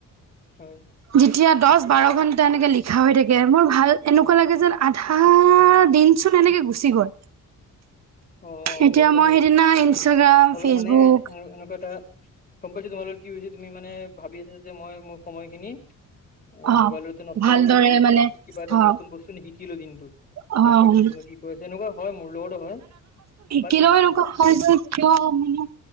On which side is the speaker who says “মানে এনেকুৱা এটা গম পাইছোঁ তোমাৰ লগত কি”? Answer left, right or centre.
Left